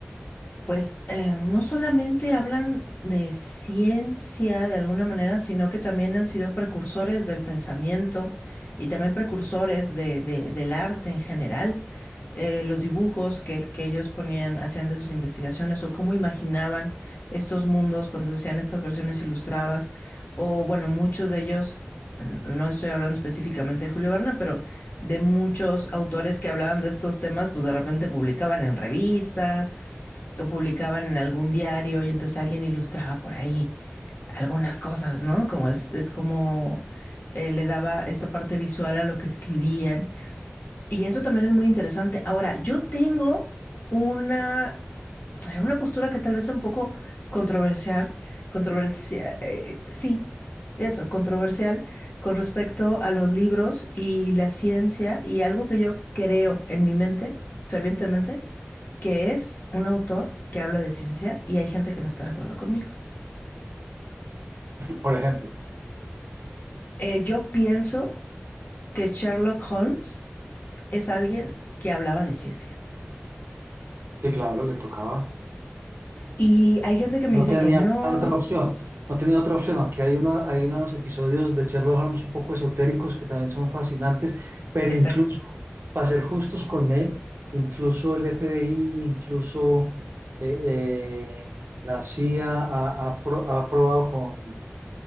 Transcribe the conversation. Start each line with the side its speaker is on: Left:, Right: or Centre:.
Left: pues eh, no solamente hablan de ciencia de alguna manera, sino que también han sido precursores del pensamiento y también precursores de- de- del arte en general. Eh, los dibujos que, que ellos ponían, hacían de sus investigaciones o cómo imaginaban estos mundos cuando se hacían estas versiones ilustradas. O bueno, muchos de ellos, no estoy hablando específicamente de Julio Verne, pero de muchos autores que hablaban de estos temas, pues de repente publicaban en revistas o publicaban en algún diario y entonces alguien ilustraba por ahí algunas cosas, ¿no? Como es, eh, como eh, le daba esta parte visual a lo que escribían. Y eso también es muy interesante. Ahora, yo tengo una es una postura que tal vez es un poco controversial, controversia, eh, sí, eso, controversial con respecto a los libros y la ciencia y algo que yo creo en mi mente fervientemente, que es un autor que habla de ciencia y hay gente que no está de acuerdo conmigo.
Right: Por ejemplo,
Left: Eh, yo pienso que Sherlock Holmes es alguien que hablaba de ciencia.
Right: que claro, le tocaba,
Left: Y hay gente que me
Right: no
Left: dice
Right: tenía
Left: que no.
Right: otra opción, no tenía otra opción, aunque hay, una, hay unos episodios de Sherlock Holmes un poco esotéricos que también son fascinantes, pero
Left: Exacto.
Right: incluso, para ser justos con él, incluso el FBI, incluso eh, eh, la CIA ha, ha pro- ha probado con